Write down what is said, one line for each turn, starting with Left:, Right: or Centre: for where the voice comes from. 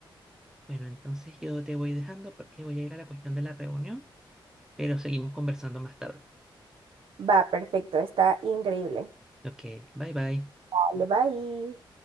Centre: Bueno, entonces yo te voy dejando porque voy a ir a la cuestión de la reunión, pero seguimos conversando más tarde.
Right: va, perfecto. Está increíble.
Centre: Ok, bye bye.
Right: Vale, bye.